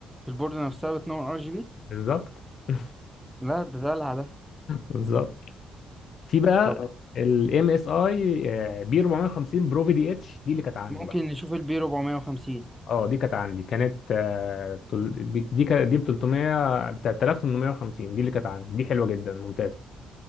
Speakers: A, in the centre; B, on the left.
A: البورد نفسها بتنور ار جي بي
B: بالظبط <laughs>
A: لا ده دلع ده
B: بالظبط في بقى
A: طب
B: طب الام اس اي بي 450 برو في دي اتش دي اللي كانت عندي
A: ممكن
B: بقى
A: نشوف البي 450
B: اه دي كانت عندي كانت آه، تل- بي- دي كا- دي ب 300 ب 3850 دي اللي كانت عندي دي حلوه جدا ممتازه